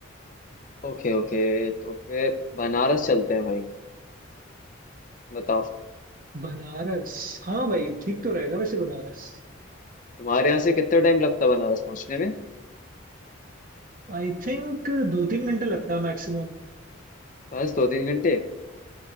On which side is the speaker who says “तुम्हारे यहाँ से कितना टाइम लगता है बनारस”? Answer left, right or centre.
Left